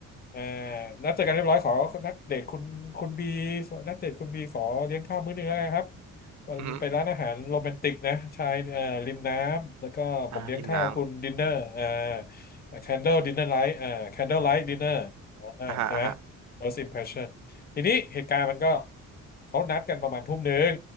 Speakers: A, on the left; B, on the right.
A: เอ่อนัดเจอกันเรียบร้อยขอนัดเดทคุณคุณบีนัดเดทคุณบีขอเลี้ยงข้าวมื้อหนึงแล้วกันครับ
B: อือฮึ
A: ไปร้านอาหารโรแมนติกนะชายเอ่อริมน้ำแล้วก็ผมเลี้ยงข้าวคุณดินเนอร์อ่า
B: อ่าริมน้
A: candle dinner light อ่า candle light dinner
B: ำอ่าฮะอ่าฮะ
A: อ่าใช่ไหม first impression ทีนี้เหตุการณ์มันก็เขานัดกันประมาณทุ่มหนึ่ง